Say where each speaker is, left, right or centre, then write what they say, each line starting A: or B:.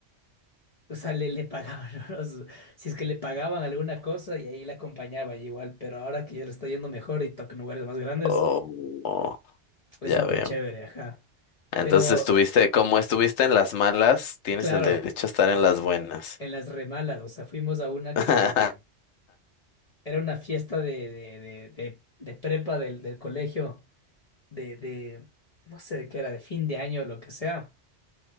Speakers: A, on the left (about 40°); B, on the left (about 80°).
A: o sea, le, le pagaban, <laughs> unos- si es que le pagaban alguna cosa y ahí la acompañaba y igual, pero ahora que ya le está yendo mejor y toca en lugares más grandes,
B: oh, oh,
A: es
B: ya
A: súper
B: veo.
A: chévere, ajá.
B: Entonces
A: Pero,
B: estuviste, como estuviste en las malas, tienes
A: claro,
B: el derecho a estar en las buenas.
A: en las remalas, o sea, fuimos a una
B: <laughs>
A: que... Era una fiesta de, de, de, de, de prepa del, del colegio, de, de, no sé de qué era, de fin de año o lo que sea.